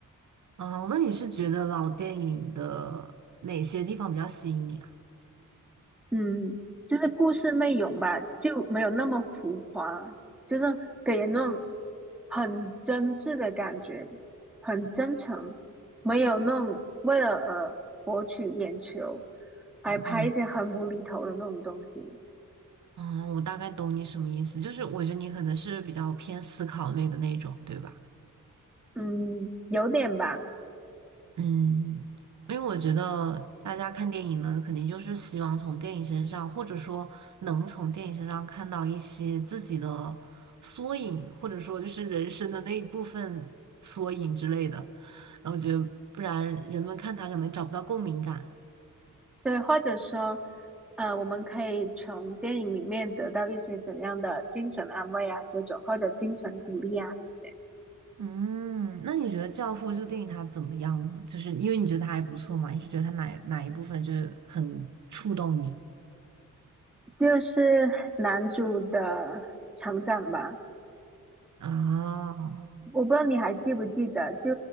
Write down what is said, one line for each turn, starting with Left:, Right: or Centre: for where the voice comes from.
Right: 哦，那你是觉得老电影的哪些地方比较吸引你啊？
Centre: 嗯，就是故事内容吧，就没有那么浮夸，就是给人那种很真挚的感觉，很真诚，没有那种为了呃博取眼球，还拍一些很无厘头的那种东西，
Right: 明，嗯哦我大概懂你什么意思，就是我觉得你可能是比较偏思考类的那种，对吧？
Centre: 嗯，有点吧。
Right: 嗯，因为我觉得大家看电影呢，肯定就是希望从电影身上，或者说能从电影身上看到一些自己的缩影，或者说就是人生的那一部分缩影之类的。然后我觉得，不然人们看他可能找不到共鸣感。
Centre: 对，或者说，呃，我们可以从电影里面得到一些怎样的精神安慰啊，这种或者精神鼓励啊，这些
Right: 嗯，那你觉得《教父》这个电影它怎么样呢？就是因为你觉得它还不错嘛，你是觉得它哪哪一部分就是很触动你
Centre: 就是男主的成长吧。
Right: 啊？
Centre: 我不知道你还记不记得，就